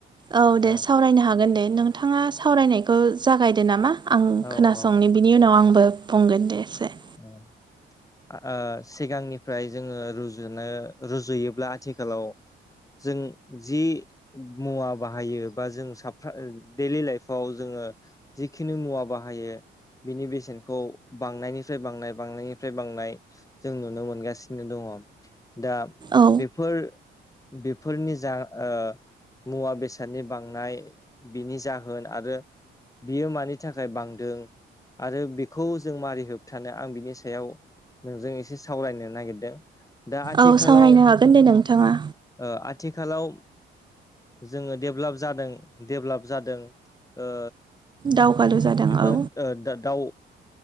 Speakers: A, on the right; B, on the left.
A: औ
B: दा
A: दे सावरायनो हागोन दे नोंथाङा सावरायनायखौ जागायदो नामा आं
B: औ
A: खोनासंनि
B: औ ओ
A: बि नि उनाव आंबो बुंगोन ऐसे।
B: औ ओ सिगांनिफ्राय जोङो रुजुनो रुजुयोब्ला आथिखालाव जों जि मुवा बाहायो बा जों साफ्रा दैलि लाइफाव जोङो जिखिनि मुवा बाहायो बिनि बेसेनखौ बांनायनि फ्राय बांनाय बांनायनिफ्राय बांनाय जों नुनो मोनगासिनो दङ। दा
A: औ
B: बेफोर बेफोरनि जा ओ मुवा बेसादनि बांनाय बिनि जाहोन आरो बियो मानि थाखाय बांदों आरो बेखौ जों मारै होब थानो आं बिनि सायाव नोंजों एसे सावरायनो नागिरदों। दा आथिखालाव
A: औ सावरायनो हागोन दे नोंथाङा
B: ओ आथिखालाव जोङो डेभलाप जादों डेभलाप जादों ओ
A: दावगालु जादों औ
B: ओ ओ दा दाउ